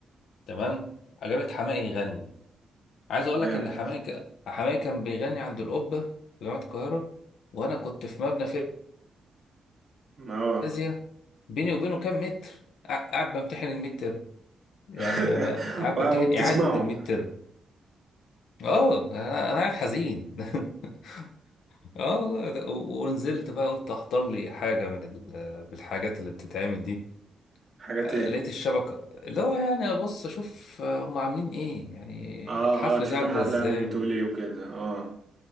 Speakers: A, on the left; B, on the right.
A: تمام جابت حماقي يغني عايز اقول
B: جامد
A: لك ان حماقي ك- حماقي كان بيغني عند القبه في جامعه القاهره وانا كنت في مبنى
B: اه
A: فيزياء بيني وبينه كام متر قاع- قاعد بمتحن الميد ترم يعني
B: <laughs>
A: ب- ب- قاعد
B: و-
A: بمتحن
B: وبتسمعوا
A: اعاده الميد ترم اه انا أنا قاعد حزين <laughs> اه والله ده- و- ونزلت بقى قلت احضر لي حاجه من ال- بالحاجات اللي بتتعمل دي
B: حاجات
A: آه،
B: ايه
A: لقيت الشبكه اللي هو يعني ابص اشوف آه، هم عاملين ايه يعني
B: اه
A: الحفله
B: اه تشوف
A: دي عامله
B: الحفله
A: ازاي
B: يعني بتقول ايه وكده اه